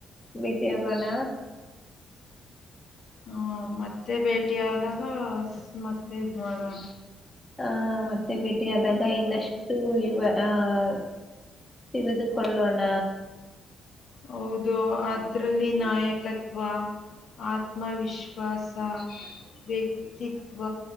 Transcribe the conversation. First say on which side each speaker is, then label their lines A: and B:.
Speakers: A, on the left; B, on the left.
A: ಭೇಟಿ ಹೋಗೋಣ
B: ಹ್ಮ ಮತ್ತೆ ಭೇಟಿ ಆದಾಗ ಮತ್ತೆ ಇದ್ ಮಾಡಣ
A: ಹ ಮತ್ತೆ ಭೇಟಿ ಆದಾಗ ಇನ್ನಷ್ಟು ಇವ ಆಹ್ ತಿಳಿದುಕೊಳ್ಳೋಣ
B: ಹೌದು ಅದ್ರಲ್ಲಿ ನಾಯಕತ್ವ ಆತ್ಮವಿಶ್ವಾಸ ಸ ವ್ಯಕ್ತಿತ್ವ